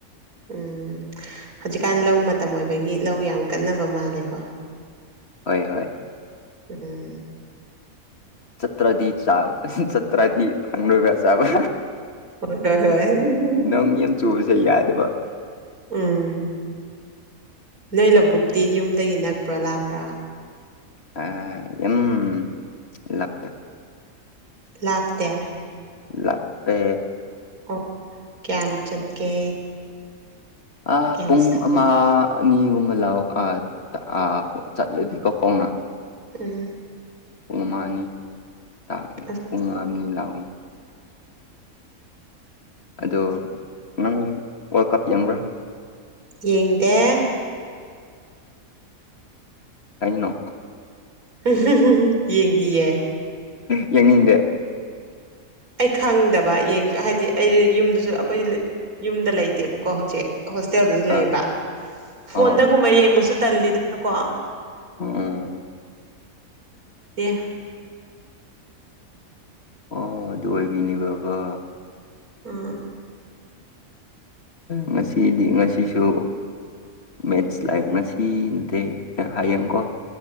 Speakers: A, on the right; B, on the left.
A: ꯎꯝ ꯍꯧꯖꯤꯛꯀꯥꯟ ꯂꯧ ꯃꯇꯝ ꯑꯣꯏꯕꯒꯤ ꯂꯧ ꯌꯥꯝ ꯀꯟꯅꯕ ꯃꯥꯜꯂꯦꯀꯣ
B: ꯍꯣꯏ ꯍꯣꯏ
A: ꯎꯝ
B: ꯆꯇ꯭ꯔꯥꯗꯤ ꯆ ꯆꯇ꯭ꯔꯥꯗꯤ ꯐꯪꯂꯒ ꯆꯕ
A: ꯍꯣꯏ ꯍꯣꯏ ꯍꯣꯏ ꯎꯝ
B: ꯅꫭꯡ ꯌꯥꯝ ꯆꯨꯕꯁꯦ ꯌꯥꯗꯦꯕ
A: ꯎꯝ ꯅꯣꯏ ꯂꯧꯕꯨꯛꯇꯤ ꯌꯨꯝꯗꯒꯤ ꯅꯛꯄ꯭ꯔꯣ ꯂꯥꯞꯄ꯭ꯔꯥ
B: <unintelligible> ꯌꯨꯝ ꯂꯥꯞꯄꯦ
A: ꯂꯥꯞꯇꯦ
B: ꯂꯥꯞꯄꯦ
A: ꯑꯣ ꯀꯌꯥꯝ ꯆꯠꯀꯦ
B: ꯑ
A: ꯀꯌꯥꯝ
B: ꯄꯨꯡ
A: ꯁꯥꯡ
B: ꯑꯃ ꯑꯅꯤꯒꯨꯝꯕ ꯂꯧ ꯑ ꯇ ꯆꯠꯂꯦꯕꯀꫫ ꯈꫭꯡꯅ
A: ꯎꯝ
B: ꯄꯨꯡ ꯑꯃꯥꯅꯤ ꯇꯥꯒꯅꯤ
A: ꯑꯁ
B: ꯄꯨꯡ ꯑꯅꯤ ꯂꯥꯎꯒꯅꯤ ꯑꯗꯣ ꯅꯪ ꯋꯥꯔꯜ ꯀꯞ ꯌꯥꯝꯕ꯭ꯔꯥ
A: ꯌꯦꯡꯗꯦ
B: ꯀꯩꯅꯣ
A: <unintelligible> ꯌꯦꯡꯗꯤꯌꯦ
B: ꯌꯦꯅꯤꯡꯗꯦ
A: ꯑꯩ ꯈꯪꯗꯕ ꯌꯦꯡꯁꯨ ꯍꯥꯏꯗꯤ ꯑꯩ ꯌꯨꯝꯗꯨꯁꯨ ꯑꯩꯈꯣꯏ ꯌꯨꯝꯗ ꯂꯩꯇꯦꯕꯀꯣ ꯍꯧꯖꯤꯛ ꯍꯣꯁꯇꯦꯜꯗꯁꯨ ꯂꯩꯌꯦꯕ
B: ꯑꯥ
A: ꯐꯣꯟꯗꯒꯨꯝꯕ
B: ꯑꯥ
A: ꯌꯦꯡꯕꯁꯨ ꯇꯜꯂꯤꯗꯅꯀꯣ
B: ꯎꯝ
A: <unintelligible>
B: ꯑꯣ ꯑꯗꯨ ꯑꯣꯏꯕꯤꯅꯦꯕꯀꯣ
A: ꯑ
B: ꯉꯁꯤꯗꯤ ꯉꯁꯤꯁꯨ ꯃꯦꯠꯁ ꯂꯩ ꯉꯁꯤ ꯏꯤ ꯀꯩꯇ ꯍꯌꯦꯡꯀꯣ